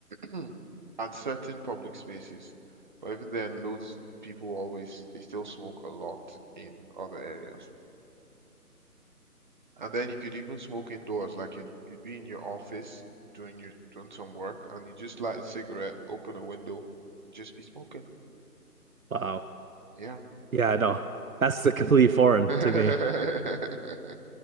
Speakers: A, on the right; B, on the right.
A: <clears throat> and certain public spaces, but even then, loads people always they still smoke a lot in other areas. And then you could even smoke indoors, like you'd you'd be in your office doing your doing some work, and you just light a cigarette, open a window, and just be smoking.
B: Wow.
A: Yeah.
B: Yeah, no. That's uh, completely foreign
A: <laughs>
B: to me.